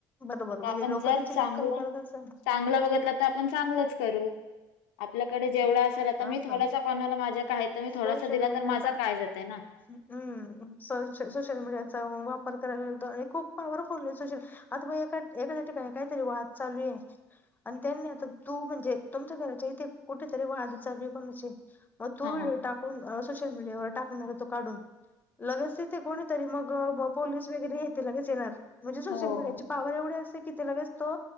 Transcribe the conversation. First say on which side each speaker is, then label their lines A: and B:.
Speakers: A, on the left; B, on the left.
A: बरोबर
B: आता
A: म्हणजे
B: आपणं
A: लोक
B: जर
A: त्याची नक्कल
B: चांगलं
A: करत असेल
B: चांगलं बघितलं, तर आपण चांगलंच करू. आपल्या कडे जेवढं असेल, आता मी
A: असं
B: थोडासा कोणाला माझ्या काय तर मी
A: सोशल
B: थोडासा दिला
A: मीडियाच्या
B: तर माझा काय जातय ना
A: अं सोश सोशल मीडिया चा वापर कराय लागलो, तर हे खूप पवरफुल आहे सोशल आता एखा्या ठिकाणी काहीतरी वाद चालू आहेः हं. आणि त्यांनी आता तू म्हणजे तुमच्या घराच्या इथे कुठेतरी वाद चालू आहे कोणाशी तो
B: हा
A: व्हिडिओ टाकून अ सोशल मीडियावर टाकणार तो काढून लगेच तेथे कोणीतरी, मग पोलीस वगैरे येथे लगेच येणार. म्हणजे सोशल
B: हो
A: मीडियाची पावर एवढी असते की, ते लगेच तो